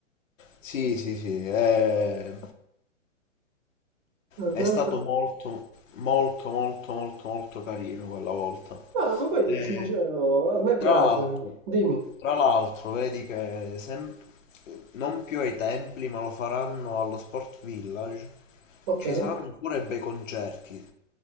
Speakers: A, on the left; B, on the right.
A: Sì, sì, sì, è,
B: No, che
A: è
B: altro?
A: stato molto, molto, molto, molto, molto carino quella volta.
B: No, ma poi,
A: E,
B: sincero, a me
A: tra
B: piace,
A: l'altro,
B: dimmi,
A: tra l'altro, vedi che sem- non più ai templi, ma lo faranno allo Sport Village.
B: ok.
A: Ci saranno pure bei concerti.